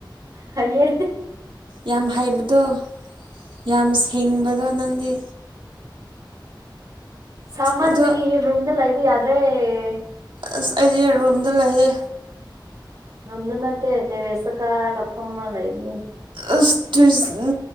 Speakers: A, on the right; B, on the right.
A: ꯐꯩꯌꯦ
B: ꯌꯥꯝ ꯍꯩꯕꯗꯣ ꯌꯥꯝ ꯍꯤꯡꯕꯗꯣ ꯅꯪꯗꯤ
A: ꯁꯥꯃꯟꯕꯒꯤ
B: ꯑꯗꯣ
A: ꯔꯨꯝꯗ ꯂ ꯂꯩꯕ ꯌꯥꯗ꯭ꯔꯦ
B: ꯑꯁ ꯑꯩꯗꯤ ꯔꯨꯝꯗ ꯂꯩꯌꯦ
A: ꯔꯨꯝꯗ ꯅꯠꯇꯦ ꯇꯦꯔꯦꯁꯇ ꯀꯥꯔꯒ ꯐꯝꯃ ꯂꯩꯕꯅꯤ
B: ꯑꯁ ꯇ꯭ꯋꯤꯁ